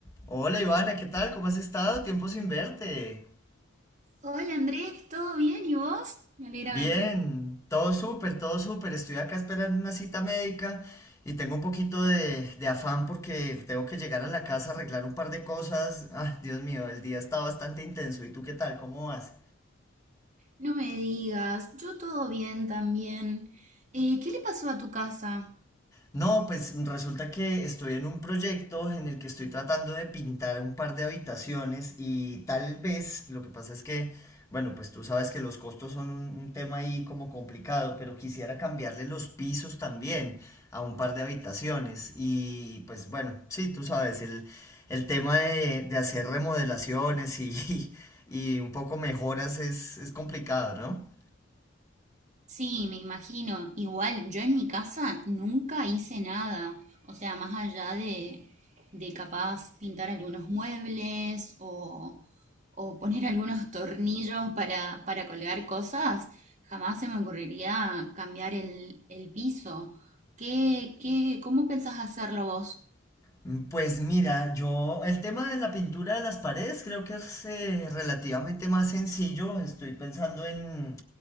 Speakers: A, on the left; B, on the right.
A: Hola Ivana, ¿qué tal? ¿Cómo has estado? Tiempo sin verte.
B: Hola Andrés, ¿todo bien? ¿Y vos? Me alegra
A: Bien,
B: verte.
A: todo súper, todo súper. Estoy acá esperando una cita médica y tengo un poquito de, de afán porque tengo que llegar a la casa a arreglar un par de cosas. Ah, Dios mío, el día está bastante intenso. ¿Y tú qué tal? ¿Cómo vas?
B: No me digas, yo todo bien también. Eh, ¿qué le pasó a tu casa?
A: No, pues resulta que estoy en un proyecto en el que estoy tratando de pintar un par de habitaciones y tal vez, lo que pasa es que, bueno, pues tú sabes que los costos son un, un tema ahí como complicado, pero quisiera cambiarle los pisos también a un par de habitaciones y pues bueno, sí, tú sabes, el, el tema de, de hacer remodelaciones y, <laughs> y un poco mejoras es, es complicado, ¿no?
B: Sí, me imagino. Igual, yo en mi casa nunca hice nada. O sea, más allá de, de capaz pintar algunos muebles o, o poner algunos tornillos para, para colgar cosas, jamás se me ocurriría cambiar el, el piso. ¿Qué, qué, cómo pensás hacerlo vos?
A: Mm, Pues mira, yo el tema de la pintura de las paredes creo que es eh, relativamente más sencillo. Estoy pensando en,